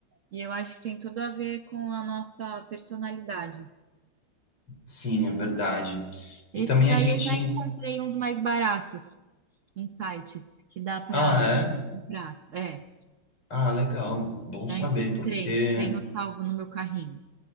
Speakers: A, on the right; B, on the left.
A: e eu acho que tem tudo a ver com a nossa personalidade.
B: Sim, é verdade.
A: Esses
B: E também
A: daí
B: a gente
A: eu já encontrei uns mais baratos. em sites que dá para
B: Ah, é?
A: comprar. É,
B: Ah, legal. Bom
A: já
B: saber,
A: encontrei.
B: porque
A: Tenho salvo no meu carrinho.